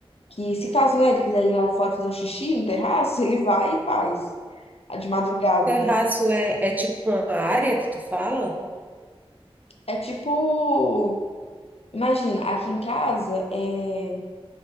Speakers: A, on the left; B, on the right.
A: que
B: Uhum.
A: se caso, né, ele quiser ir lá fora fazer um xixi no terraço, <laughs> ele vai e faz. De madrugada,
B: Terraço
A: né?
B: é, é tipo uma área que tu fala?
A: É tipo. Imagina, aqui em casa, é...